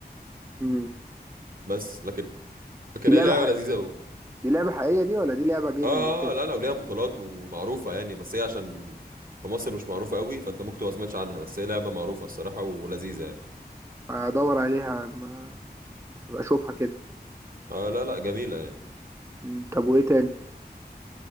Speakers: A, on the right; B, on the right.
A: امم
B: بس لكن لكن
A: دي
B: هي
A: لعبه
B: لعبه
A: حق...
B: لذيذه قوي
A: دي لعبه حقيقيه دي ولا دي لعبه جيمنج
B: اه
A: وكده
B: آه، لا لو ليها بطولات ومعروفه يعني بس هي عشان في مصر مش معروفه قوي فانت ممكن تبقى ما سمعتش عنها بس هي لعبه معروفه الصراحه ولذيذه يعني
A: ادور عليها ما ابقى اشوفها كده
B: اه لا لا جميله يعني
A: امم طب وايه تاني